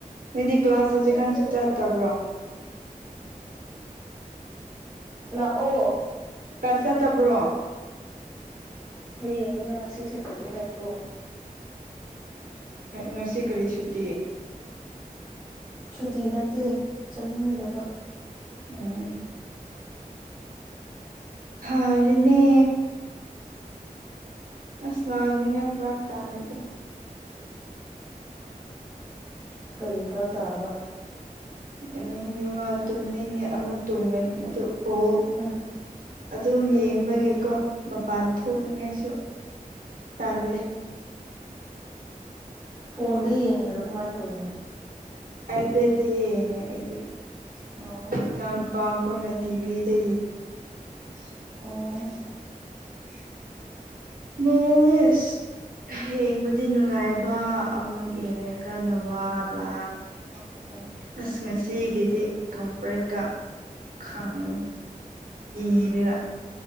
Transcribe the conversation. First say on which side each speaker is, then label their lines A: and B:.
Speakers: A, on the right; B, in the centre.
A: ꯃꯤꯗꯤ ꯀ꯭ꯂꯥꯁ ꯍꯧꯖꯤꯛꯀꯥꯟꯁꯨ
B: ꯏꯪꯗꯦꯗ
A: ꯆꯠꯇꯕ꯭ꯔꯣ
B: ꯃꯄꯥꯟꯗ ꯂꯥꯛ ꯑꯣ
A: ꯄ ꯆꯠꯇꯕ꯭ꯔꯣ
B: ꯍꯌꯦꯅꯤ ꯅꯪ ꯉꯁꯤ ꯁꯠꯇ꯭ꯔꯗꯤꯦ ꯅꯠꯇ꯭ꯔꯣ
A: ꯉꯁꯤ ꯀꯔꯤ ꯁꯨꯇꯤ
B: ꯁꯨꯇꯤ ꯅꯠꯇꯦ ꯆꯠꯅꯤꯡꯗꯕ
A: ꯎꯝ ꯐꯥꯔꯅꯦ ꯑ ꯁꯅꯥꯅꯤꯡꯉ ꯐ꯭ꯔꯥꯥꯛ ꯇꯥꯅꯗ
B: ꯀꯩꯒꯤ ꯐꯔꯛ ꯇꯥꯕ
A: ꯑꯒꯤ ꯋꯥ ꯇꯨꯝꯅꯤꯡꯉꯦ ꯑꯃꯨꯛ ꯇꯨꯝꯒꯅꯤ ꯑꯗꯨ ꯕꯣꯜ
B: ꯎꯝ
A: ꯑꯗꯨꯝ
B: ꯇꯨꯝꯃꯣ
A: ꯌꯦꯡꯕꯒꯤꯀꯣ
B: ꯇꯨꯝꯃꯣ
A: ꯃꯄꯥꯟ ꯊꯣꯛꯅꯤꯡꯉꯥꯏꯁꯨ ꯇꯟꯅꯦ
B: ꯐꯣꯟꯗ ꯌꯦꯡꯉꯔꯣ ꯀꯃꯥꯏꯅ ꯇꯧꯔꯤꯅꯣ
A: ꯍꯥꯏꯐꯦꯗꯤ ꯌꯦꯡꯉꯦ ꯑꯩꯗꯤ
B: ꯑꯣ
A: ꯏꯅꯥꯎ ꯅꯨꯄꯥ ꯑꯩꯈꯣꯏꯅ ꯇꯤꯚ ꯇ
B: ꯑꯣ
A: ꯃꯥꯨꯋꯁ ꯌꯦꯡꯕꯨꯗꯤ ꯅꯨꯡꯉꯥꯏꯕ ꯑꯃꯨꯛ ꯌꯦꯡꯉꯀꯥꯟꯗ ꯋꯥꯕ
B: <inaudible>
A: ꯑꯁ ꯉꯁꯤꯒꯤꯗꯤ ꯀꯝꯄ꯭ꯔꯦꯦꯛꯀ ꯈꯥꯡꯉꯤ ꯀꯤꯔꯅ